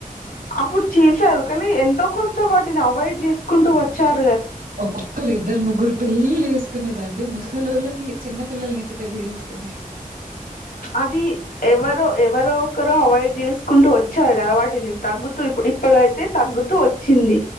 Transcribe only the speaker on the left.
అప్పుడు చేసారు కానీ ఎంతో కొంత వాటిని అవాయిడ్ చేస్ కుంటూ వచ్చార్
అది ఎవరో ఎవరో ఒకరు అవాయిడ్ చేసుకుంటూ వచ్చారు కాబట్టి నే తగ్గుతూ ఇప్ ఇప్పుడైతే తగ్గుతూ వచ్చింది